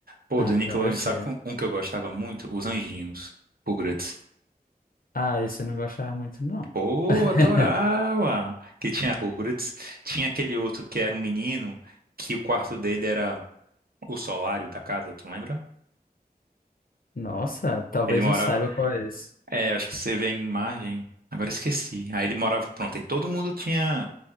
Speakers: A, on the right; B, on the left.
A: Pô,
B: Ah,
A: do Nickelodeon,
B: talvez
A: sabe
B: seja.
A: que um, um que eu gostava muito? Os Anjinhos. Rugrats.
B: Ah, esse eu não gostava muito, não.
A: Pô,
B: <laughs>
A: adorava! Que tinha Rugrats. Tinha aquele outro que era um menino, que o quarto dele era o solário da casa, tu lembra?
B: Nossa, talvez
A: Ele morava.
B: eu saiba qual é esse.
A: É, acho que você vê a imagem. Agora esqueci. Aí ele morava, pronto. E todo mundo tinha.